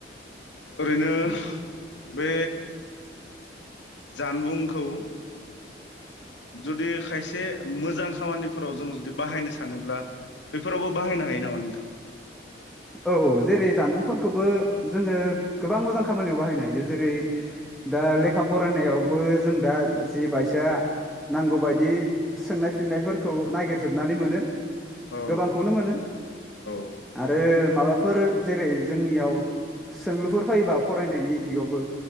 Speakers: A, on the left; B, in the centre.
A: ओरैनो बे जानबुंखौ जुदि खायसे मोजां खामानिफोराव जों जुदि बाहायनो सानोब्ला बेफोरावबो बाहायनो हायो नामा नोंथां?
B: औ औ जेरै जानबुंफोरखौबो जोङो गोबां मोजां खामानियाव बाहायनो हायो जेरै दा लेखा फरायनायावबो जों दा जि बाइसा नांगौबायायदि सोंनाय फिननायफोरखौ नागिरजोबनानै मोनो
A: औ
B: गोबांखौनो मोनो
A: औ
B: आरो माबाफोर जेरै जोंनियाव सोंलुफोर फैबा फरायनायनि दिगावबो